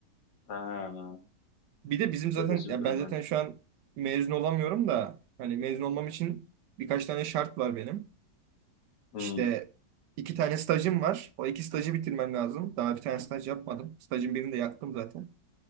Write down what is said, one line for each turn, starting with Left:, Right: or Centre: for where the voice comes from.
Left: Ha,
Right: Bir de bizim zaten
Left: öylesi
Right: ya
Left: bir durum
Right: ben
Left: yani.
Right: zaten şu an mezun olamıyorum da hani mezun olmam için birkaç tane şart var benim.
Left: Hmm.
Right: İşte iki tane stajım var. O iki stajı bitirmem lazım. Daha bir tane staj yapmadım. Stajın birini de yaktım zaten.